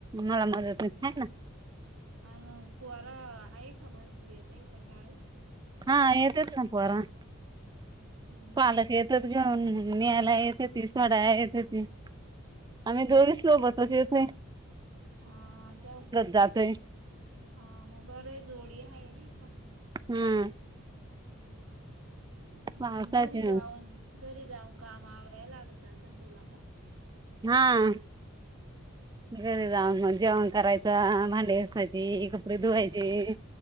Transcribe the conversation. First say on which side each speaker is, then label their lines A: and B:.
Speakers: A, on the right (about 20°); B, on the right (about 75°).
A: मला मदतनीस हाय नां
B: आणि पोरां हायेका भरपुरी येतीयी का शाळेत?
A: हां येतत ना पोरां.
B: हम्म
A: पालक येतत घेऊन मं नियला येतेती, सोडाय येतेती. आम्ही दोन्हीच सोबत येत नाय.
B: हां तव
A: जातोय
B: हां मग बंर जोडीहाय नायी का
A: हुं
B: <unintelligible> मगं
A: पावसाची
B: घरी जाऊन- घरी जाऊन काम आवराय लागत असेलं तुला नां.
A: हां घरी जाऊन मग जेवण करायचं भांडे घासा ते कपडे धुवायचे